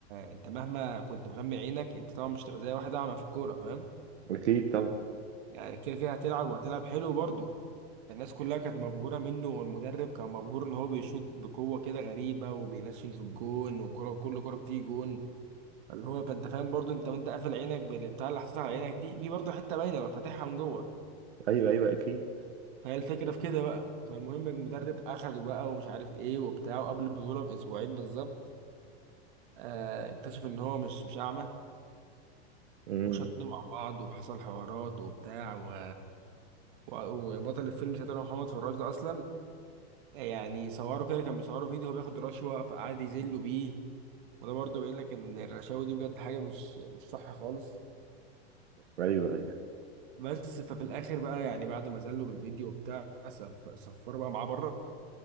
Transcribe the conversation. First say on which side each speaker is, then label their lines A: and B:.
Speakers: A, on the right (about 50°); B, on the right (about 90°).
A: انت مهما كنت مغمي عينك انت طبعا مش هتبقى زي واحد اعمى في الكوره فاهم
B: اكيد طبعا
A: يعني كده كده هتلعب وهتلعب حلو برضه الناس كلها كانت مبهورة منه والمدرب كان مبهور ان هو بيشوط بقوة كده غريبة وبينشن في الجون والكرة كل كرة بتيجي جون فاللي هو فانت فاهم برضه انت وانت قافل عينك بالبتاع اللي حاططها على عينك دي في برضه حتة باينة لو فاتحها من جوه
B: ايوه ايوه اكيد
A: فهي الفكرة في كده بقى فالمهم المدرب اخده بقى ومش عارف ايه وبتاع وقبل البطولة باسبوعين بالظبط آه اكتشف ان هو مش مش اعمى
B: مم.
A: وشدوا مع بعض وحصل حوارات وبتاع و... و... وبطل الفيلم ساعتها اللي هو محمد فراج ده اصلا يعني صوروا كده كان بيصوروا فيديو هو بياخد رشوة فقعد يذلوا بيه وده برضه بيقول لك ان الرشاوي دي بجد حاجة مش مش صح خالص
B: ايوه ايوه
A: بس ففي الاخر بقى يعني بعد ما ذلوا بالفيديو وبتاع سف- سفروا بقى معاه بره